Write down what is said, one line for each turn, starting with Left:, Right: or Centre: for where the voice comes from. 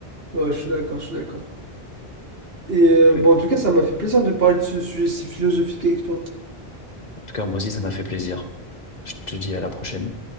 Right: Ouais, je suis d'accord, je suis d'accord. Et euh,
Left: Eh ben,
Right: bon, en tout cas, ça m'a fait plaisir de parler de ce sujet si philosophique avec toi.
Left: En tout cas, moi aussi, ça m'a fait plaisir. Je te dis à la prochaine.